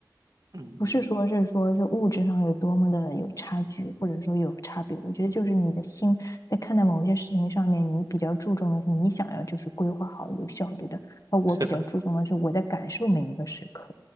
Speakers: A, on the right; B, on the left.
A: 嗯，
B: 不是说是说是物质上有多么的有差距，或者说有差别。我觉得就是你的心在看待某些事情上面，你比较注重的是你想要就是规划好有效率的，而我比较注重的是我在感受每一个时刻，
A: 是的，